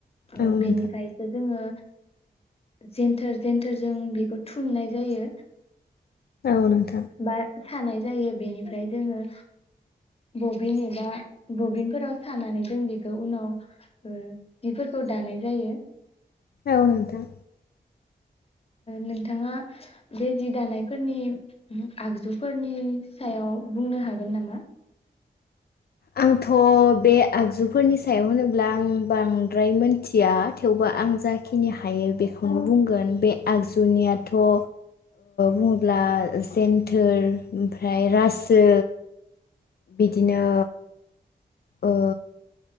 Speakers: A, on the left; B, on the left.
A: ओ
B: औ नोंथां
A: बेनिफ्रायसो जोङो जेेन्थोर जेन्थोरजों बेखौ थुननाय जायो
B: <unintelligible>
A: बा सानाय जायो बेनिफ्राय जोङो बबिन एबा बबिनफोराव सानानै जों बेखौ उनाव जिफोरखौ दानाय जायो।
B: औ नोंथां।
A: नोंथाङा बे जि दानायफोरनि आगजुफोरनि सायाव बुंनो हागोन नामा?
B: आंथ' बे आगजुफोरनि सायाव होनोब्ला आं बांद्राय मोनथिया थेवबो आं जाखिनि हायो बेखौनो बुंगोन बे आगजुनियाथ ओ बुङोब्ला जेन्थोर ओमफ्राय रासो बिदिनो ओ